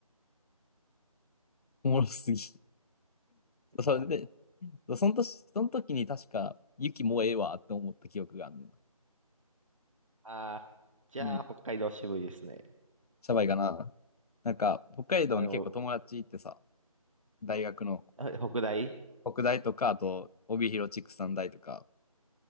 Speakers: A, on the left; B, on the right.
A: おもろすぎ。<laughs> それで、
B: あ
A: その年、その時に確か、雪もうええわって思った記憶があんねんな。
B: あー、じゃあ、
A: うん。
B: 北海道渋いですね。
A: シャバいかな。なんか、北海道に結構友達ってさ、
B: あの、
A: 大学の
B: あ北大
A: 北大とか、あと帯広畜産大とか、